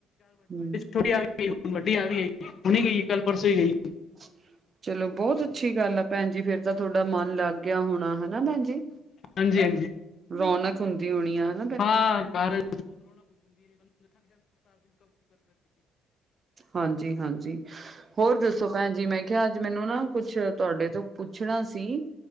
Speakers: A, on the right; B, on the left.
A: ਹਮ
B: ਛੋਟੀ ਆ ਕੇ ਗਈ, ਹੁਣ ਵੱਡੀ ਆ ਗਈ ਏ, ਹੁਣੀ ਗਈ, ਕੱਲ੍ਹ ਪਰਸੋਂ ਹੀ ਗਈ।
A: <inaudible> ਚਲੋ, ਬਹੁਤ ਅੱਛੀ ਗੱਲ ਏ ਪੈਂਣ ਜੀ, ਫੇਰ ਤਾਂ ਤੁਆਡਾ ਮਾਨ ਲਾਗ ਗਿਆ ਹੋਣਾ, ਹਨਾ ਪੈਂਣ ਜੀ?
B: ਹਾਂਜੀ-ਹਾਂਜੀ।
A: ਰੌਣਕ ਹੁੰਦੀ ਹੋਣੀ ਏ ਹਨ
B: ਹਾਂ ਘਾਰ <inaudible>
A: ਹਾਂਜੀ-ਹਾਂਜੀ ਹੋਰ ਦੱਸੋ? ਪੈਂਜੀ ਮੈਂ ਕਿਆ, ਅੱਜ ਮੈਨੂੰ ਨਾ ਕੁਛ ਤੁਹਾਡੇ ਤੋਂ ਪੁੱਛਣਾ ਸੀ,